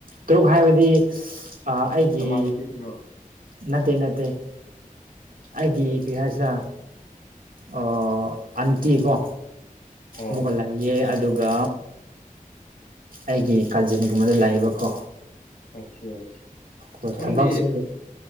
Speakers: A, on the right; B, on the left.
A: ꯇꯔꯨꯛ ꯍꯥꯏꯕꯗꯤ ꯑꯩꯒꯤ
B: ꯅꯃꯥꯟꯅꯕꯤꯁꯤꯡꯔꯣ
A: ꯅꯠꯇꯦ ꯅꯠꯇꯦ ꯑꯩꯒꯤ ꯀꯔꯤ ꯍꯥꯏꯁꯤꯦ ꯑꯣ ꯑꯟꯇꯤ ꯀꯣ
B: ꯑꯣ
A: ꯃꯨꯒꯠꯂꯛꯏꯑꯦ ꯑꯗꯨꯒ ꯑꯩꯒꯤ ꯀꯥꯖꯤꯟꯒꯨꯝꯕꯗ ꯂꯩꯌꯦꯕꯀꯣ
B: ꯑꯣꯀꯦ ꯑꯣꯀꯦ
A: ꯍꯣꯏ
B: ꯁꯣꯝꯗꯤ
A: ꯊꯕꯛꯁꯤ